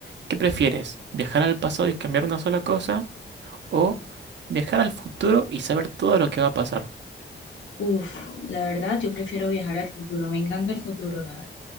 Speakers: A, on the right; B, on the left.
A: ¿Qué prefieres? ¿Viajar al pasado y cambiar una sola cosa? ¿O viajar al futuro y saber todo lo que va a pasar?
B: Uf, la verdad, yo prefiero viajar al futuro. Me encanta el futuro, la verdad.